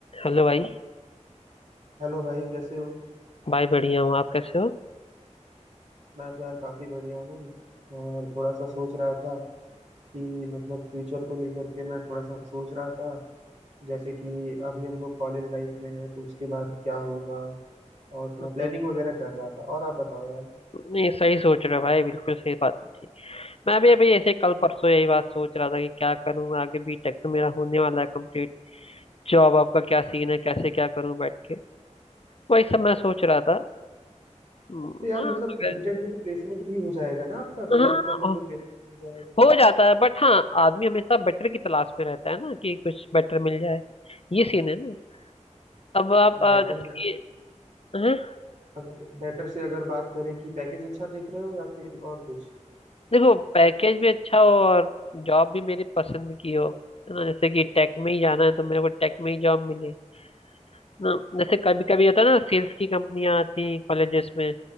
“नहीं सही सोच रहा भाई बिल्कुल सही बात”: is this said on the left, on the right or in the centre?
Left